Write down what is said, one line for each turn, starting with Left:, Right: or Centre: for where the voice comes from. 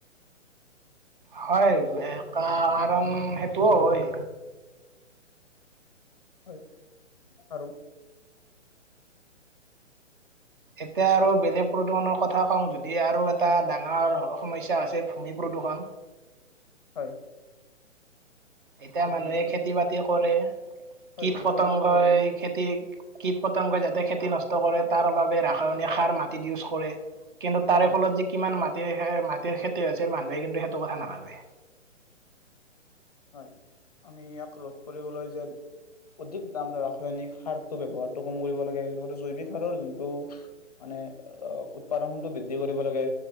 Right: হয় কাৰণ সেইটোও হয়
Left: হয় আৰু
Right: এতিয়া আৰু বেলেগ প্ৰদূষণৰ কথা কওঁ যদি দ আৰু এটা ডাঙৰ সমস্যা আছে ভূমি প্ৰদূষণ
Left: হয়
Right: এতিয়া মানুহে
Left: ভূমি প্ৰদূষণটো
Right: খেতি বাতি কৰে
Left: হয়
Right: কীট
Left: ভূমি
Right: পতংগই
Left: প্ৰদূষণটো ৰোধ
Right: খেতি কীট পতংগই যাতে খেতি নষ্ ত কৰে, তাৰ বাবে ৰাসায়নিক সাৰ মাটিত ইউজ কৰে, কিন্তু তাৰে
Left: হয়
Right: ফলত যে কিমান মাট মাটিৰ খেতি হৈছে, মানুহে কিন্তু সেইটো কথা নাভাবে।
Left: হয় আমি ইয়াক ৰোধ কৰিবলৈ যে অধিক তাৰ মানে ৰাসায়নিক সাৰটো ব্যৱহাৰটো কম কৰিব লাগে, লগতে জৈৱিক সাৰৰ জোনটো মানে, উৎপাদন গুণটো বৃদ্ধি কৰিব লাগে।